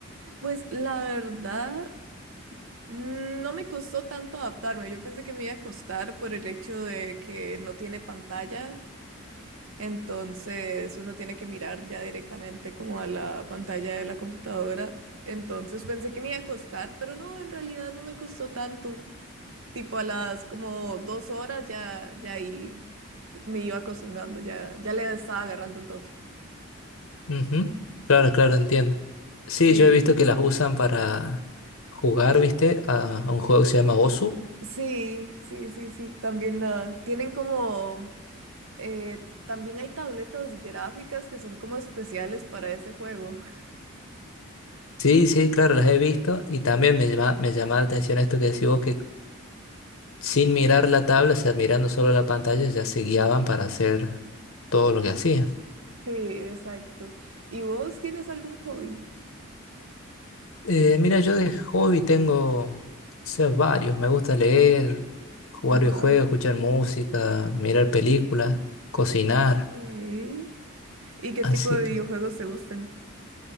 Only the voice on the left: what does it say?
Ujú. Claro, claro, entiendo. Sí,
yo he visto que las usan para jugar, viste, a, a un juego que se llama Osu.
Sí, sí, claro, las he visto y también me llama, me llama la atención esto que decís vos, que sin mirar la tabla, o sea, mirando solo la pantalla, ya se guiaban para hacer todo lo que hacían.
Eh, mira, yo de hobby tengo, o sea, varios, me gusta leer, jugar
videojuegos, escuchar música, mirar películas, cocinar,
así
que...